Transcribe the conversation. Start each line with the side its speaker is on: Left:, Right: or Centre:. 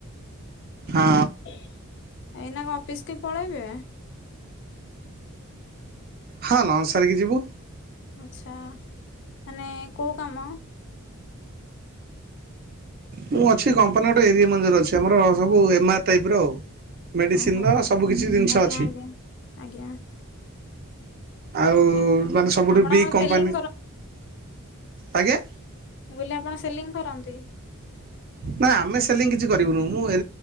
Right: ହଁ
Left: ଏଇନା କେ ଅଫିସ କି ପଳେଇବେ?
Right: ହଁ ନମ ସାରିକି ଯିବୁ।
Left: ଆଚ୍ଛା ମାନେ କୋଉ କାମ?
Right: ମୁଁ ଅଛି କମ୍ପାନୀ ଗୋଟେ ଏରିଆ ମ୍ୟାନେଜର ଅଛି ଆମର ସବୁ ଏମ ଆର ଟାଇପ ର ଆଉ। ମେଡିସିନ୍
Left: ଓହୋ।
Right: ସବୁକିଛି ଜିନିଷ
Left: ଆଜ୍ଞା
Right: ଅଛି।
Left: ଆଜ୍ଞା ଆଜ୍ଞା
Right: ଆଉ-ଉ-ଉ-ଉ ମାନେ ସବୁଠୁ
Left: ଆପଣ
Right: ବିଗ୍
Left: କଣ
Right: କମ୍ପାନୀ
Left: ସେଲିଂ
Right: ଆଜ୍ଞା
Left: ବୋଲେ ଆପଣ ସେଲିଂ କରନ୍ତି?
Right: ନା ଆମେ ସେଲିଂ କିଛି କରିବୁନୁ ମୁଁ ଏ